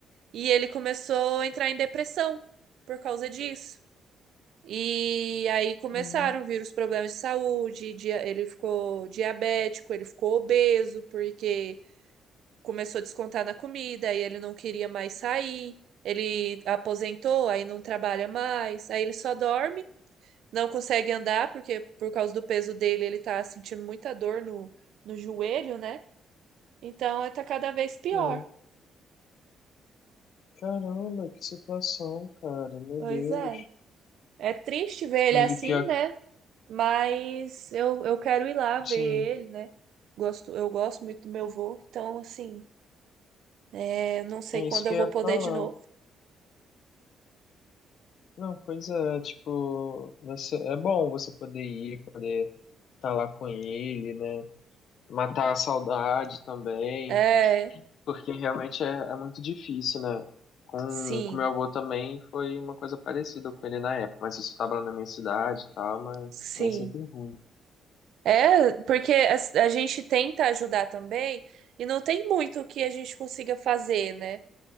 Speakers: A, on the right; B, on the left.
A: E ele começou a entrar em depressão por causa disso. E aí começaram
B: Hum,
A: a vir os problemas de saúde, dia- ele ficou diabético, ele ficou obeso, porque começou a descontar na comida, aí ele não queria mais sair, ele aposentou, aí não trabalha mais, aí ele só dorme, não consegue andar, porque por causa do peso dele ele tá sentindo muita dor no, no joelho, né? Então tá cada vez pior.
B: sim. Caramba, que situação, cara. Meu
A: Pois
B: Deus.
A: é. É triste ver ele
B: E,
A: assim,
B: e pior
A: né?
B: que,
A: Mas eu, eu quero ir lá ver
B: sim,
A: ele, né? Gosto, eu gosto muito do meu vô, então assim, é, não sei
B: é
A: quando
B: isso que
A: eu
B: eu
A: vou
B: ia
A: poder
B: falar.
A: de novo.
B: Não, pois é, tipo, você, é bom você poder ir, poder estar lá com ele, né? Matar a saudade também.
A: É,
B: Porque realmente é, é muito difícil, né? Com,
A: sim,
B: com meu avô também foi uma coisa parecida com ele na época, mas isso estava lá na minha cidade e tal, mas
A: sim.
B: é sempre ruim.
A: É, porque a, a gente tenta ajudar também e não tem muito que a gente consiga fazer, né?